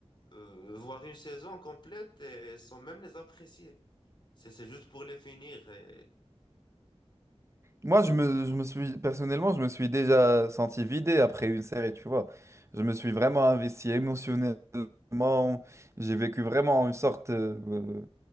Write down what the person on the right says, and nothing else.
Moi, je me, je me suis, personnellement, je me suis déjà senti vidé après une série, tu vois. Je me suis vraiment investi émotionnellement. J'ai vécu vraiment une sorte, euh,